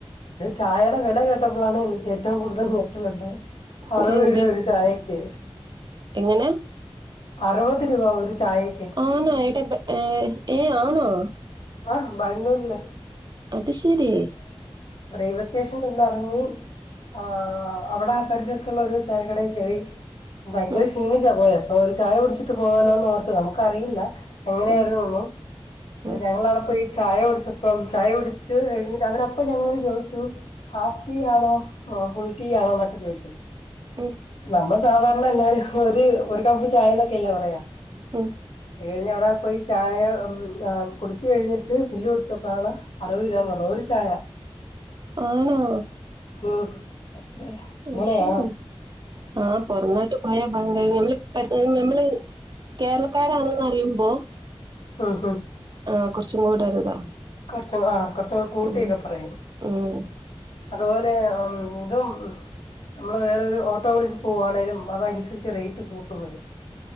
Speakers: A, on the left; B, on the right.
A: ചായയുടെ വില കേട്ടപ്പോഴാണ് എനിക്ക് ഏറ്റവും കൂടുതൽ നേട്ടലുണ്ടായെ അറുപത്
B: അതെന്തേ
A: രൂപ ഒരു ചായക്ക്
B: എങ്ങനെ
A: അറുപത് രൂപ ഒരു ചായക്ക്
B: ആണ ട്ട ഏ ഏ ആണോ
A: ആഹ ബാംഗ്ലൂര്ല്ലേ
B: അത് ശരി
A: റെയിൽവേ സ്റ്റേഷനിൽ ഒന്ന് ഇറങ്ങി ആ അവിടെ പരിസരത്തുള്ള ഒരു ചായക്കട കെറി ഭയങ്കര
B: ഉം
A: ക്ഷീണിച്ചാ പോയ അപ്പൊ ഒരു ചായ കുടിച്ചിട്ട് പോകാലോന്ന് ഓർത്ത് നമുക്കറിയില്ല എങ്ങനെയായിരുന്നു
B: ഉം
A: തോന്നുന്നു
B: ഉം
A: ഞങ്ങള് അവിടെ പോയി ചായ കുടിച്ചപ്പം ചായ കുടി ച്ച് കഴിഞ്ഞിട്ട് അവരപ്പൊ ഞങ്ങളോട് ചോദിച്ചു. ഹാഫ് ടീ ആണോ ഫുൾ ടീ ആണോ എന്നൊക്കെ ചോദിച്ചു.
B: ഉം
A: നമ്മൾ സാധാരണ എല്ലാരും ഒരു ഒരു കപ്പ് ചായന്നൊക്കെല്ലേ പറയാ.
B: ഉം
A: അതുകഴിഞ്ഞ് അവിടെ പോയി ചായ കുടിച്ച് കഴിഞ്ഞിട്ട് ബില്ല് കൊടുത്തപ്പളാണ്. അറുപത് രൂപ പറഞ്ഞു ഒരു ചായ
B: ആണോ
A: ഉം അത്ര
B: അത്
A: അങ്ങനെയാ.
B: ശെരി ആഹ് പോറ ങ്ങോട്ട്പോയാ പങ്കയങ്ങള് നമ്മള് കേരളക്കാരാണെന്നറിയുമ്പോ.
A: ഉം
B: ആഹ് കൊറച്ചും കൂടെ ഒരിതാ
A: കൊറച്ച് ആഹ് കൊറച്ച് കൂടെ കൂട്ടിയൊക്കെ
B: ഉം
A: പറയും
B: ഉം
A: അതുപോലെ ആഹ് ഇതും. നമ്മള് വേറൊരു ഓട്ടോ വിളിച്ച് പോകുവാണെലും അതനുസരിച്ച് റേറ്റ് കൂട്ടും ഇവര്